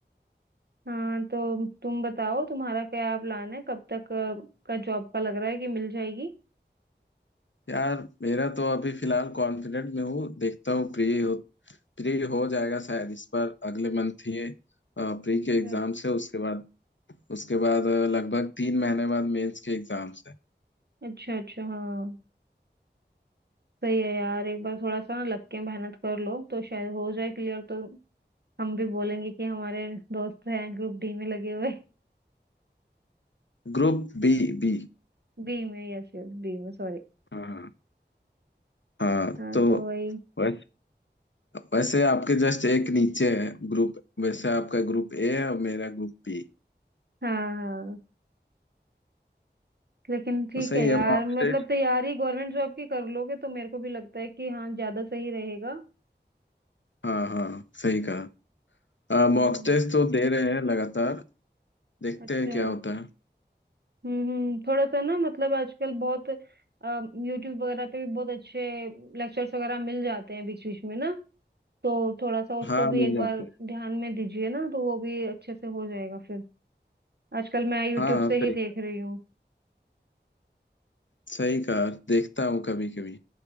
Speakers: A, on the right (about 60°); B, on the left (about 85°).
A: हाँ, तो तुम बताओ तुम्हारा क्या प्लान है कब तक अ, का जॉब का लग रहा है कि मिल जाएगी
B: यार मेरा तो अभी फिलहाल कॉन्फिडेंट में हूँ देखता हूँ प्री प्री हो जाएगा शायद इस बार अगले मंथ ये प्री
A: अच्छा
B: के एग्जाम्स है उसके बाद उसके बाद अ, लगभग तीन महीने बाद मेंस के एग्जाम्स है
A: अच्छा अच्छा हाँ सही है यार एक बार थोड़ा सा ना लग के मेहनत कर लो तो शायद हो जाए क्लियर तो हम भी बोलेंगे कि हमारे दोस्त हैं ग्रुप डी में लगे हुए
B: Group B बी
A: <laughs> बी में यस यस बी में सॉरी
B: हाँ हाँ
A: हाँ
B: तो
A: तो वही
B: वैस, वैसे आपके जस्ट एक नीचे है ग्रुप वैसे आपका ग्रुप ए है और मेरा ग्रुप बी
A: हाँ हाँ लेकिन ठीक
B: तो सही
A: है यार
B: है मॉक
A: मतलब
B: टेस्ट
A: तैयारी गवर्नमेंट जॉब की कर लोगे तो मेरे को भी लगता है कि हाँ ज्यादा सही रहेगा
B: हाँ हाँ सही कहा
A: हम्म
B: मॉक टेस्ट तो दे रहे हैं लगातार देखते
A: अच्छा
B: हैं क्या होता है
A: हम्म हम्म थोड़ा सा ना मतलब आजकल बहुत यूट्यूब वगैरह पे भी बहुत अच्छे लेक्चर्स वगैरह मिल जाते हैं बीच बीच में ना तो थोड़ा सा उसको
B: हाँ
A: भी
B: मिल
A: एक
B: जाते
A: बार
B: हैं
A: ध्यान में दीजिए ना तो वो भी अच्छे से हो जाएगा फिर आजकल मैं यूट्यूब
B: हाँ हाँ
A: से
B: सही
A: ही देख
B: कहा
A: रही हूँ
B: सही कहा देखता हूँ कभी कभी